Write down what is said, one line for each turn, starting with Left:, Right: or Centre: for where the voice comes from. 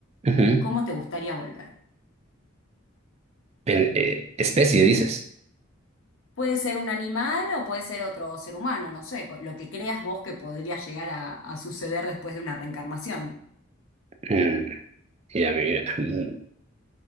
Right: ujú.
Left: ¿cómo te gustaría volver?
Right: En- eh, especie, dices.
Left: Puede ser un animal o puede ser otro ser humano, no sé, co- lo que creas vos que podría llegar a, a suceder después de una reencarnación.
Right: Mm, ya, mira, mm,